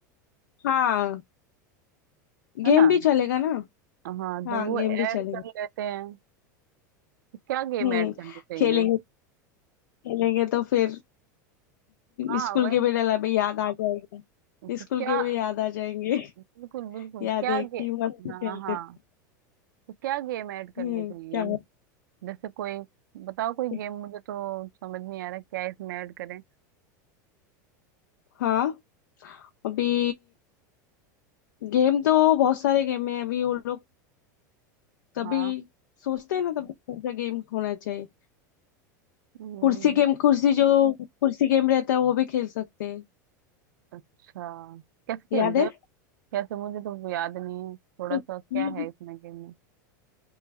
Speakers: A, on the left (about 85°); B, on the right (about 85°).
A: हाँ
B: है
A: गेम
B: ना
A: भी चलेगा ना
B: हाँ
A: हाँ
B: तो वो
A: गेम
B: ऐड
A: भी चलेगा
B: कर लेते हैं तो क्या गेम
A: हम्म
B: ऐड करनी चाहिए
A: खेलेंगे खेलेंगे तो फिर
B: हाँ
A: स्कूल
B: वही
A: के भी डला भी याद आ जाएगा
B: तो
A: स्कूल
B: क्या
A: के भी याद आ जाएंगे <laughs>
B: बिल्कुल बिल्कुल
A: याद
B: क्या
A: है
B: गेम
A: कि मस्त खेलते
B: हाँ हाँ
A: थे
B: तो क्या गेम ऐड करनी
A: हम्म
B: चाहिए
A: क्या बात
B: जैसे कोई बताओ कोई
A: है।
B: गेम मुझे तो समझ नहीं आ रहा क्या इसमें ऐड करें
A: हाँ अभी गेम तो बहुत सारे गेम है अभी वो लोग तभी
B: हाँ
A: सोचते हैं ना तब कौन सा गेम होना चाहिए
B: हम्म,
A: कुर्सी गेम
B: बत-
A: कुर्सी जो कुर्सी गेम रहता है वो भी खेल सकते हैं
B: अच्छा कैसे
A: याद
B: खेलते
A: है
B: हैं कैसे मुझे तो याद नहीं है थोड़ा
A: म्यूजिक
B: सा क्या है इसमें गेम में